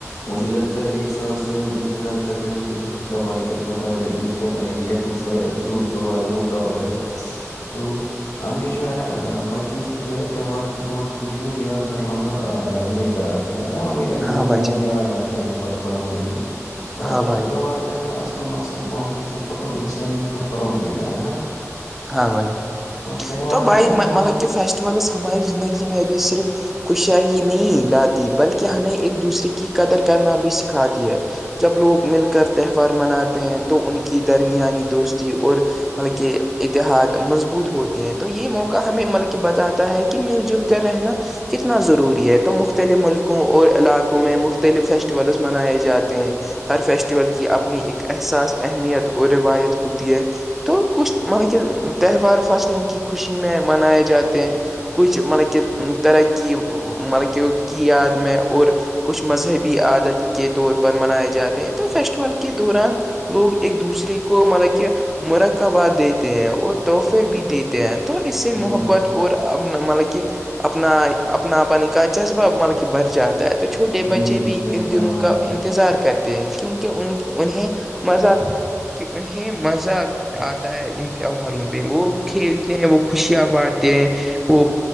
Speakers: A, on the left; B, in the centre.
A: مجھے لگتا ہے ایک سال سے ہم انتظار کر رہے ہوتے تھے کہ کب آئے گا کب آئے گا عید کب آئے گی یا دوسرا جو جو وہ کب آئے گا تو ہمیں جو ہیں بچوں کی جو ہے تہوار کی بہت خوشی اور یادگار لمحات لے کر آ کیا نا ہمیں
B: ہاں
A: وہ
B: بھائی
A: دن اب
B: جان
A: یاد آتے ہے وہ بچپن والے دن تو
B: ہاں
A: ہر
B: بھائی
A: تہوار کا جو ہیں اصل مقصد محبت شکر اور انسانیت کو فروغ دینا ہے نا
B: ہاں بھائی
A: تہوار
B: تو بھائی
A: جو ہے
B: مطلب
A: نا ہماری
B: کہ فیسٹولس ہماری زندگی میں بھیھی صرف خشیا ہی نہیں لاتی بلکہ ہمیں ایک دوسرے کی قدر کرنا بھی سکھاتی ہے جب لوگ مل کر تہوار مناتے ہیں تو ان کی درمیانی دوستی اور مطلب کہ اتحاد مضبوط ہوتے ہیں تو یہ موقع ہمیں مطلب کہ بتاتا ہے کہ مل جل کر رہنا کتنا ضروری ہے تو مختلف ملکوں اور علا کو میں مختلف فیسٹیولس منائے جاتے ہیں ہر فیسٹیول کی آپ اپنی ایک احساس اہمیت اور روایت ہوتی ہے تو کچھ مطب کہ تہوار فصلوں کی خوشی میں منائے جاتے ہیں کچھ مطلب کہ طرح کی مطلب کہ کی یاد میں اور کچھ مذہبی عادت کے طور پر منائے جاتے ہیں تو فیسٹول کے دوران لوگ ایک دوسرے کو مل کہ مرک کا باد دے تیں ہیں اور تحفے
A: جی
B: بھی دیتے ہیں تو اس سے
A: جی
B: محبت اور اپنا مطلب کہ اپنا اپنا پن کا جذبہ مطلب کہ بھر جاتا ہے تو چھوٹے
A: جی
B: بچے
A: جی
B: بھی
A: صحیح
B: ان
A: فرما
B: دنوں کا
A: رہے ہیں آپ
B: انتظار کرتے ہیں کیونکہ ان انہیں مزہ کہ انہیں مزہ آتا ہے ان تیوہاروں پہ وہ کھیلتے ہیں وہ خوشیاں بنٹتے ہیں وہ